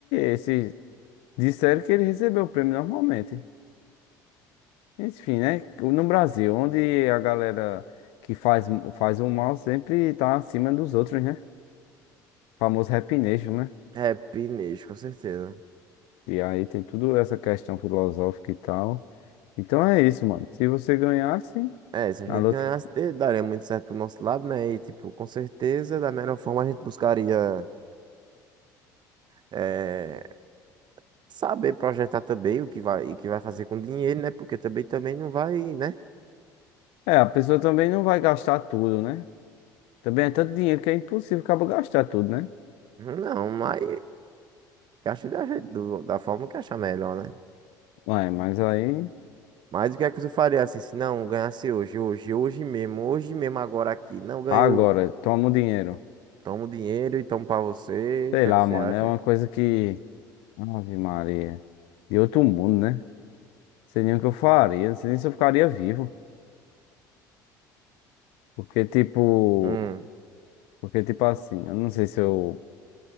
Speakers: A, on the left; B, on the right.
A: esse disseram que ele recebeu o prêmio normalmente. Enfim, né? No Brasil, onde a galera que faz, faz o mal sempre tá acima dos outros, né? O famoso Rap Nation, né?
B: Happy Nation, com certeza.
A: E aí tem tudo essa questão filosófica e tal. Então é isso, mano. Se você ganhasse,
B: É, se a
A: na
B: gente
A: loto...
B: ganhasse, de- daria muito certo pro nosso lado, né? E, tipo, com certeza, da melhor forma, a gente buscaria eh, saber projetar também o que vai, o que vai fazer com dinheiro, né? Porque também, também não vai, né?
A: É, a pessoa também não vai gastar tudo, né? Também é tanto dinheiro que é impossível acaba gastar tudo, né?
B: Não, mas gasta da, gente- do- da forma que achar melhor, né?
A: Ué, mas aí.
B: Mas o que é que você faria assim, se não ganhasse hoje, hoje, hoje mesmo, hoje mesmo, agora aqui? Não ganhou,
A: Agora, toma o dinheiro.
B: toma o dinheiro e toma pra você.
A: Sei
B: O que é
A: lá,
B: que você
A: mano.
B: acha?
A: É uma coisa que. Ave Maria. De outro mundo, né? Não sei nem o que eu faria. Não sei nem se eu ficaria vivo. Porque, tipo.
B: Hum,
A: Porque, tipo assim, eu não sei se eu.